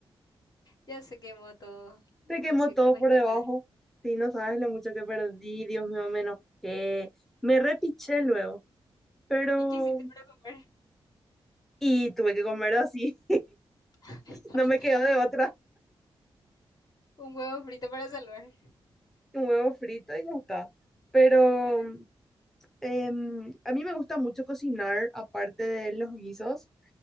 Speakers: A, on the left; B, in the centre.
A: ya se quemó todo. Imposible
B: Se quemó todo
A: rescatar.
B: por debajo. Sí, no sabes lo mucho que perdí, Dios mío, me enojé. Me repiché luego, pero...
A: ¿Y qué hiciste para comer?
B: Y tuve que comer así,
A: <laughs> Ay,
B: <laughs>
A: Basta.
B: no me quedó de otra.
A: Un huevo frito para salvar.
B: Un huevo frito y ya está. Pero
A: Con el-
B: em, a mí me gusta mucho cocinar, aparte de los guisos.